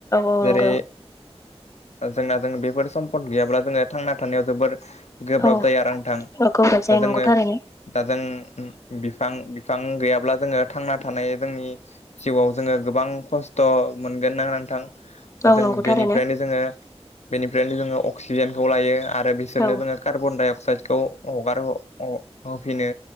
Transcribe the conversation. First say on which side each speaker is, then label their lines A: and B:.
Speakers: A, on the left; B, on the left.
A: औ नंगौ
B: जेरै जोंना जों बेफोर सम्पद गैयाब्ला जोङो थांना थानायाव जोबोर गोब्राब
A: औ
B: जायो आरो नोंथां
A: औ गोब्राब जायो
B: दा
A: नंगौ
B: जोङो
A: थारैनो
B: दा जों बिफां बिफां गैयाब्ला जोङो थांना थानाय जोंनि जिउआव जोङो गोबां खस्थ' मोनगोन ना नोंथां। दा
A: औ
B: जों
A: नंगौ
B: बेनिफ्रायनो
A: थारैनो
B: जोङो बेनिफ्रायनो जोङो अक्सिजेनखौ लायो आरो बिसोरनो
A: औ
B: जोङो कार्बन डाइ अक्साइदखौ हगार ह होफिनो